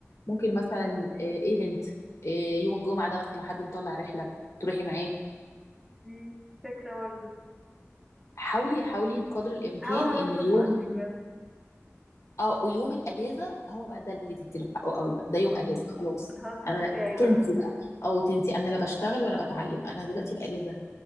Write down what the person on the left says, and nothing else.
ممكن مثلا ايفنت يوم الجمعة ده مثلا حد مطلع رحلة تروحي معاه
حاولي حاولي بقدر الإمكان
إن اليوم
اه ويوم الاجازه هو بقى ده اللي تدي له حقه قوي بقى ده يوم اجازه خلاص
انا
تنسي
بقى اه تنسي انا لا بشتغل ولا بتعلم انا دلوقتي باجازه